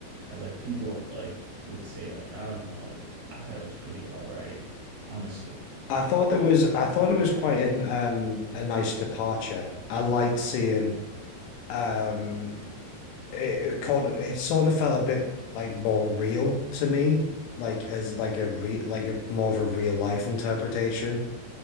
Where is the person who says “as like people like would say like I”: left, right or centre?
Right